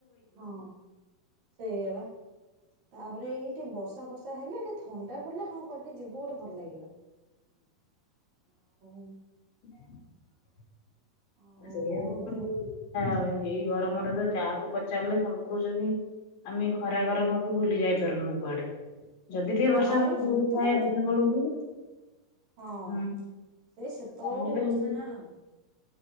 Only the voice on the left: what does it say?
ହ
ସେଇ
ଏଇ ଗରମରେ ତ ଯାହାକୁ ପଚାରିଲେ ସବୁ କହୁଛନ୍ତି ଆମେ ଖରା ଗରମକୁ ବୁଲି ଯାଇ ପାରୁନୁ କୁଆଡେ ଯଦି ଟିକେ
ବର୍ଷା ବର୍ଷ
ହେଇଥାଏ ରଜ ବେଳକୁ
ହୁଁ
ତାହେଲେ
ଯଦି